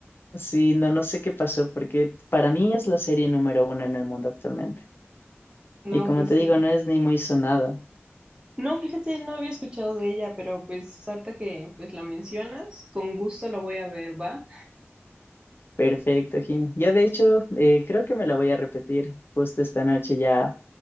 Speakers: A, on the left; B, on the right.
A: Sí, no, no sé qué pasó, porque para mí es la serie número uno en el mundo actualmente.
B: No,
A: Y como
B: pues
A: te
B: sí.
A: digo, no es ni muy sonada.
B: No, fíjate, no había escuchado de ella, pero pues ahorita que pues la mencionas, con gusto la voy a ver, ¿va?
A: Perfecto, Jimmy. Yo de hecho eh, creo que me la voy a repetir justo esta noche. Ya